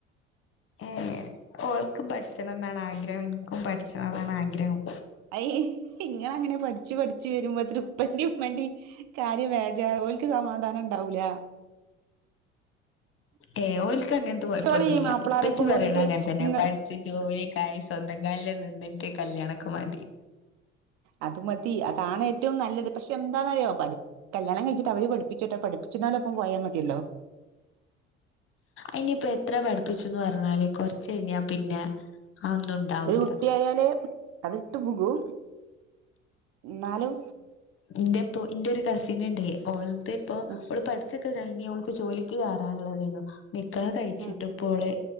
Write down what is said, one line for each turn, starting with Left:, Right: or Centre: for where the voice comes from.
Left: ഏ ഓൽക്കും പഠി- ച്ചണം എന്നാണ് ആഗ്രഹം എനിക്കും പഠിച്ച്ആവാൻ ആഗ്രഹം
Right: അയ് ഇങ്ങള് അങ്ങനെ പഠിച്ചു പഠിച്ചു വരുമ്പോ അത് ഉപ്പന്റെയും ഉമ്മന്റെയും- കാര്യം വേജറ് ഓല്ക്ക് സമാധാനം ഉണ്ടാവൂല്ല
Left: ഏ ഓള്ക്ക് അങ്ങനത്തെ കൊഴപ്പൊന്നുമില്ല
Right: ഓള് ഈ മാപ്പിളാരൊപ്പം
Left: ഇപ്പച്ചി പറയണ
Right: പോയിട്ട്
Left: അങ്ങനെ തന്നെ
Right: ഇങ്ങ
Left: പഠിച്ചു ജോലി- ഗയിസ് സ്വന്തം കാലിൽ നിന്നിട്ട് കല്യാണക്കെ മതി
Right: അതുമതി അതാണ് ഏറ്റവും നല്ലത് പക്ഷെ എന്താന്നറിയോ പഠി- കല്യാണം കഴിഞ്ഞിട്ട് അവര് പഠപ്പിച്ചോട്ടോ പഠപ്പിച്ചുന്നാലൊപ്പം പോയാ മതിയല്ലോ
Left: അനിയിപ്പ എത്ര പഠിപ്പിച്ചുന്ന് പറഞ്ഞാല് കൊറച്ചു കഴിഞ്ഞാ പിന്നെ അതൊന്നും ഉണ്ടാവൂല
Right: ഒരു കുട്ടിയായാലേ അതിട്ട് പോകു എന്നാലും
Left: എന്റെ ഇപ്പോ എന്റെ ഒരു കസിനുണ്ടെ ഓളത്തെ ഇപ്പോ
Right: ഉം
Left: ഓള് പഠി ച്ചൊക്കെ കഴിഞ്ഞ് ഓള്ക്ക് ജോലിക്ക് കയറാനുള്ളതായിരുന്നു നിക്കാഹ് കഴിച്ചിട്ടിപ്പോളെ
Right: ഉം